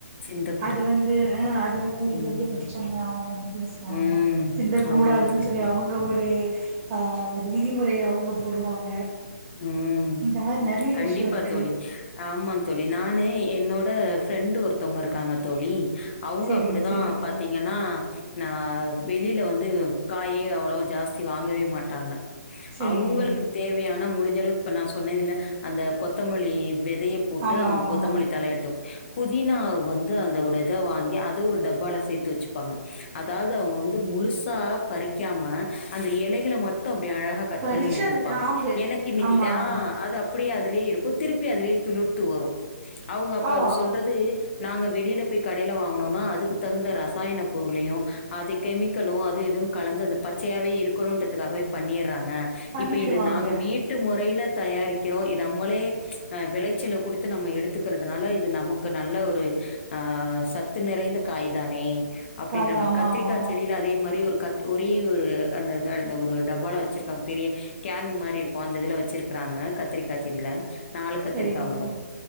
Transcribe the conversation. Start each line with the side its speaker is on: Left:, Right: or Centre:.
Left: சிந்தக்கூட
Right: அது வந்து அஹ் அது வந்து ஒரு
Left: ம்
Right: பெரிய பிரச்சனையாகு பேசுவாங்க
Left: ம்
Right: சிந்தக் கூடாதுன்னு
Left: ஆமாங்க தோழி.
Right: சொல்லி அவங்க ஒரு ஆ ஆஹ் ஒரு விதிமுறை அவங்க போடுவாங்க
Left: உம்
Right: இந்த மாரி நெறைய
Left: கண்டிப்பா
Right: விஷயோ இருக்கு
Left: தோழி ஆமாந் தோழி நானே என்னோட் து ஃப்ரெண்டு ஒருத்தவங்க இருக்காங்க தோழி அவுங்க
Right: செரிங்க
Left: அப்பிடிதான்
Right: செரிங்க தோழி
Left: பாத்தீங்கன்னா நா வெளில வந்து காயே அவ்வுளவோ ஜாஸ்தி வாங்கவே மாட்டாங்க
Right: செரிங்க
Left: அவங்களுக்கு
Right: தோழி
Left: தேவையான நா முடிஞ்ச அளவுக்கு இப்ப நா சொன்னேல அந்த கொத்தமழி விதய போட்டு
Right: ஆமா
Left: அவுங்க
Right: ஆமா
Left: கொத்தமல்லி தலய எடுத்தோவோ ஹ புதினா வந்து அந்தோட இத வாங்கி அத ஒரு டப்பால சேர்த்து வச்சுப்பாங்க அதாவது அவுங்க வந்து முழுசா பறிக்காம அந்த இலகள மட்டும் இபிடி அழகாக கட்
Right: பறிச்சு
Left: பண்ணி எடுத்துப்பாங்க
Right: அந்த காம்பு
Left: எனக்கு இன்னக்கி
Right: ஆமா
Left: த
Right: ஆமா
Left: ஆ அது அப்டியாது அதிலே இருக்கு திருப்பி அதிலே துளிர்த்து வரும் அவுங்க அப்ப
Right: ஆ
Left: அத சொல்றது நாங்க வெளில போய் கடயில வாங்குனோனா அதுக்கு தகுந்த ரசாயன பொருளையும் அது கெமிக்கலு அது இதுன்னு கலந்து அந்த பச்சயாகவே இருக்கணுன்றதுக்காகவே பண்ணிர் இருக்காங்க
Right: பண்ணிடுவாங்க
Left: இப்ப இது நாங்க முறயில தயாரிக்கிறோ நம்மளே ஹ விளச்சல கொடுத்து நம்ம எடுத்துக்கிறதுனால இது நமக்கு நல்ல ஒரு ஆ சத்து நெறைந்த காய் தானே அப்டின்றவ
Right: காய் ஆமா
Left: கத்திரிக்கா
Right: ஆமா
Left: செடியில அதே மாரி ஒரு கத் ஒரே ஒரு அந்த ஒரு டப்பால வச்சிருக்காங்க பெரிய கேன் மாரி இருக் போந்ததுல வச்சிருக்கறாங்க கத்திரிக்கா செடியில ஆ நாலு கத்திரிக்காய்
Right: செரிங்க தோழி
Left: வரும்